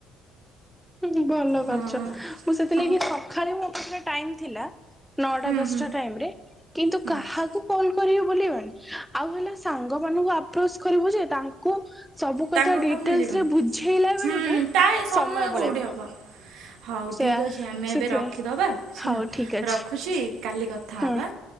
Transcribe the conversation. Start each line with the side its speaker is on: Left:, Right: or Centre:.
Centre: ହୁଁ ଭଲ
Right: ହଁ
Centre: କରିୁଛ ମୁଁ ସେଥିଲାଗି
Right: ହଁ
Centre: ସଖାଳେ ରେ ମୁଁ ମତେ ଟାଇମ ଥିଲା ନଅଟା
Right: ହୁଁ
Centre: ଦଶଟା
Right: ହୁଁ
Centre: ଟାଇମରେ କିନ୍ତୁ
Right: ହୁଁ
Centre: କାହାକୁ କଲ କରିବ ବୋଲି ହେ ଆଉ ହେଲା ସାଙ୍ଗ ମାନଙ୍କୁ ଆପ ତୋଷ କରିବୁ ଯେ ତାଙ୍କୁ ସବୁ କଥା
Right: ତାଙ୍କୁ
Centre: ଡିଟେଲସରେ
Right: ତ ମିଳିବନି
Centre: ବୁଝେଇଲା
Right: ହୁଁ
Centre: ବେଳକୁ
Right: ତା
Centre: ସମୟ
Right: କୋଉଠି
Centre: ପଳେଇବ।
Right: ହବ ହଉ
Centre: ସେୟା
Right: ଠିକ ଅଛି ଆମେ ଏବେ
Centre: ସେଥିପାଇଁ
Right: ରଖିଦବା ଶୁଣ
Centre: ହଉ ଠିକ ଅଛି
Right: ରଖୁଛି କାଲି କଥା ହେବା
Centre: ହଁ